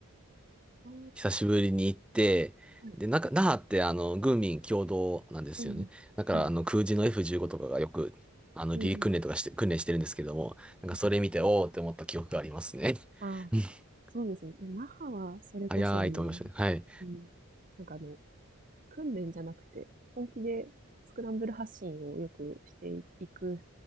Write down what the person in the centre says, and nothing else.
久しぶりに行って、
で、なんか那覇ってあの、軍民共同なんですよね。
だからあの、
空自の F15 とかがよく、あの、
離陸訓練とかして、訓練してるんですけども、なんかそれ見て、
おーって思った記憶がありますね。
<laughs>
早いと思いましたね。
はい。